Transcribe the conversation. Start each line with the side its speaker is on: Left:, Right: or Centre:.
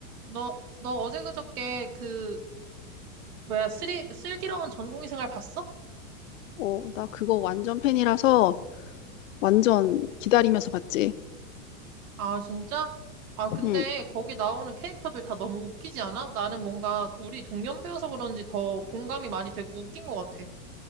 Right: 너, 너 어제 그저께 그, 뭐야, 슬이, 슬기로운 전공의 생활 봤어?
Left: 어, 나 그거 완전 팬이라서 완전 기다리면서 봤지.
Right: 아, 진짜? 아, 근데
Left: 응.
Right: 거기 나오는 캐릭터들 다 너무 웃기지 않아? 나는 뭔가 우리 동년 배여서 그런지 더 공감이 많이 되고 웃긴 것 같아.